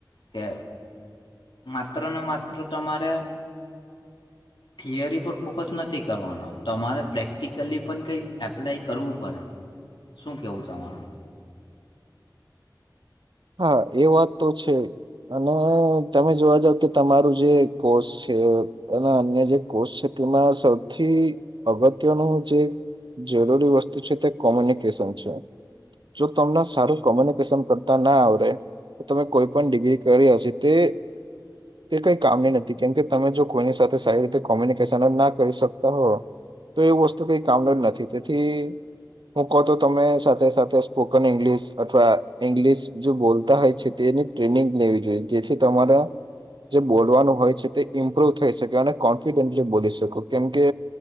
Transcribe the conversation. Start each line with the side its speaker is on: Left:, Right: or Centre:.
Left: કે માત્ર ને માત્ર તમારે થિયરી પર ફોકસ નથી કરવાનો તમારે પ્રેક્ટિકલી પણ કંઈ એપ્લાય કરવું પડે શું કેવું તમારું
Right: હા એ વાત તો છે અને તમે જોવા જાવ કે તમારું જે કોષ છે અને અન્ય જે કોષ છે તેમાં સૌથી અગત્યનું જે જરૂરી વસ્તુ છે તે કોમ્યુનિકેશન છે જો તમને સારું કોમ્યુનિકેશન કર ના આવ તમે કોઈ પણ ડિગ્રી કરી હ તે તે કઈ કામની નથી કેમકે તમે જો કોઈની સાથે સારી રીતે કોમ્યુનિકેશન જ ના કરી શકતા હો તો એ વસ્તુ કઈ કામની જ નથી તેથી હું કહતો તમે સાથે સાથે સ્પોકન ઇંગ્લશ અથવા ઇંગ્લશ જો બોલતા હોય છે તેની ટ્રેનિંગ લેવી જોઈએ જેથી તમારા જે બોલવાનું હોય છે તે ઇમ્પ્રુવ થઈ શકે અને કોન્ફિડન્ટલી બોલી શકો કેમ કે